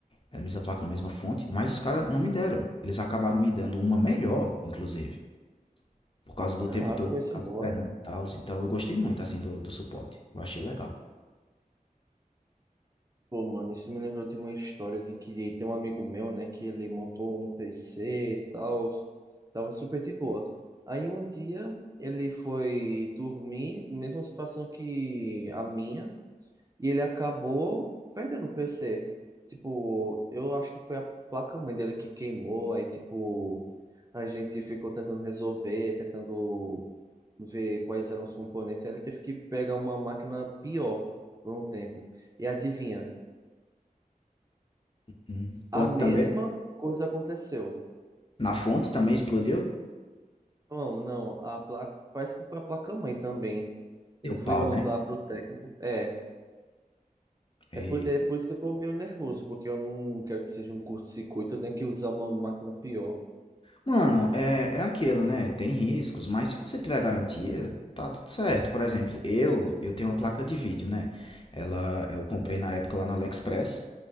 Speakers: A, on the left (about 35°); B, on the right (about 25°).
A: a mesma placa na mesma fonte, mas os caras não me deram. Eles acabaram me dando uma melhor, inclusive. Por causa do
B: ah,
A: tempo todo
B: coisa
A: que eu estava
B: boa.
A: esperando e tals, então eu gostei muito, assim, do do suporte, eu achei legal.
B: Pô, mano, isso me lembrou de uma história de que tem um amigo meu, né, que ele montou um PC e tal, tava super de boa. Aí um dia ele foi dormir, mesma situação que a minha, e ele acabou perdendo o PC. Tipo, eu acho que foi a placa-mãe dele que queimou, aí tipo, a gente ficou tentando resolver, tentando ver quais eram os componentes, aí ele teve que pegar uma máquina pior por um tempo. E adivinha?
A: Hum, fonte
B: A mesma
A: também?
B: coisa aconteceu.
A: Na fonte também explodiu?
B: Não, não, a placa, parece que foi a placa-mãe também. Ele
A: Deu
B: foi
A: pau,
B: mandar
A: né?
B: pro técnico. É.
A: Eita.
B: É por, é por isso que eu tô meio nervoso, porque eu não quero que seja um curto-circuito, eu tenho que usar uma máquina pior.
A: Mano, é é aquilo, né, tem riscos, mas se você tiver garantia, tá tudo certo. Por exemplo, eu eu tenho uma placa de vídeo, né, ela eu comprei na época lá no AliExpress